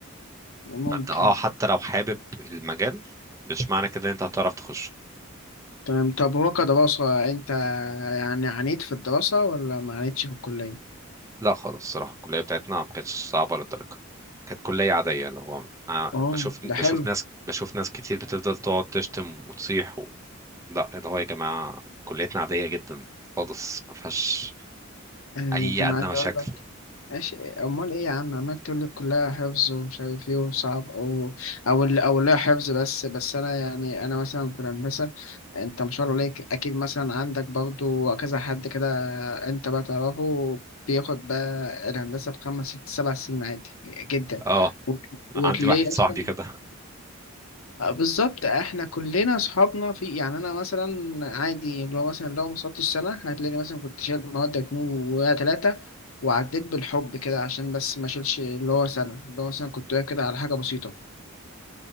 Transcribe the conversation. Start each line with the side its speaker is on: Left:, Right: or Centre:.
Left: ممكن
Right: فانت اه حتى لو حابب المجال مش معنى كده ان انت هتعرف تخش
Left: تمام طب هو كدراسة انت يعني عانيت في الدراسة ولا ما عانيتش في الكلية؟
Right: لا خالص الصراحه الكليه بتاعتنا ما كانتش صعبه للدرجه كانت كليه عاديه اللي هو آه،
Left: اه
Right: بشوف بشوف
Left: ده حلو
Right: ناس بشوف ناس كتير بتفضل تقعد تشتم وتصيح و... لا اللي هو يا جماعه كليتنا عاديه جدا خالص ما فيهاش
Left: آه،
Right: اي
Left: ده انا
Right: ادنى
Left: عايز
Right: مشاكل
Left: اقول لك ماشي امال ايه يا عم عمال تقول لي كلها حفظ ومش عارف ايه وصعب او او اللي او لا حفظ بس بس انا يعني انا مثلا في الهندسه انت ما شاء الله عليك اكيد مثلا عندك برضو كذا حد كده انت بقى تعرفه بياخد بقى الهندسه في خمس ست سبع سنين عادي جدا
Right: اه
Left: وت- وتلاقيه
Right: عندي واحد صاحبي
Left: اصلا
Right: كده
Left: آه، بالظبط احنا كلنا اصحابنا في يعني انا مثلا عادي لو مثلا لو ما صدتش سنه هتلاقيني مثلا كنت شايل مواد اتنين ولا تلاته وعديت بالحب كده عشان بس ما اشيلش اللي هو سنه اللي هو مثلا كنت واقف كده على حاجه بسيطه